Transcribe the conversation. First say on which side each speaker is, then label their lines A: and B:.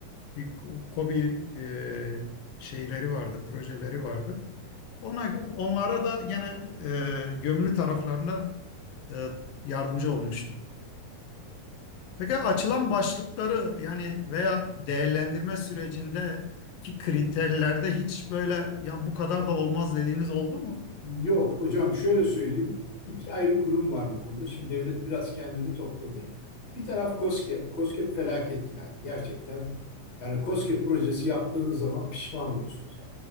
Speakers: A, on the left; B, on the left.
A: Bir KOBİ e, şeyleri vardı, projeleri vardı. Ona, onlara da gene e, gömülü taraflarına e, yardımcı olmuştum. Peki açılan başlıkları yani veya değerlendirme sürecindeki kriterlerde hiç böyle ya bu kadar da olmaz dediğiniz oldu mu?
B: Yok hocam şöyle söyleyeyim. İki ayrı kurum var bu konuda. Şimdi devlet biraz kendini topladı. Bir taraf KOSGEB. KOSGEB felaket yani gerçekten. Yani KOSGEB projesi yaptığınız zaman pişman oluyorsunuz.